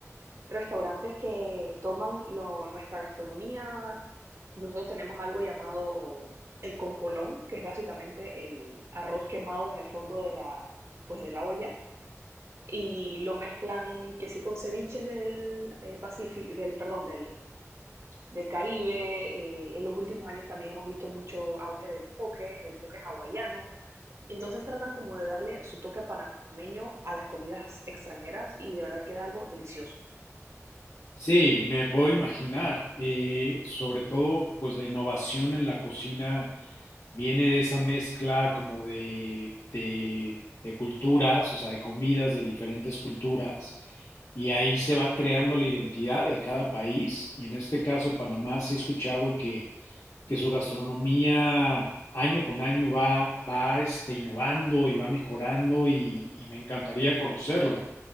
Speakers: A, on the right; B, on the left.
A: restaurantes que toman lo- nuestra gastronomía. Nosotros tenemos algo llamado el concolón, que es básicamente el arroz quemado en el fondo de la, pues de la olla, y lo mezclan que sí con ceviches del eh, Pacífico, del, perdón, del del Caribe. eh, en los últimos años también hemos visto mucho auge del poke, del poke hawaiano. Y entonces tratan como de darle su toque panameño a las comidas extranjeras y de verdad queda algo delicioso.
B: Sí, me puedo imaginar, eh, sobre todo pues la innovación en la cocina viene de esa mezcla como de, de, de culturas, o sea, de comidas de diferentes culturas, y ahí se va creando la identidad de cada país, y en este caso Panamá sí he escuchado que, que su gastronomía año con año va, va este, innovando y va mejorando y, y me encantaría conocerla.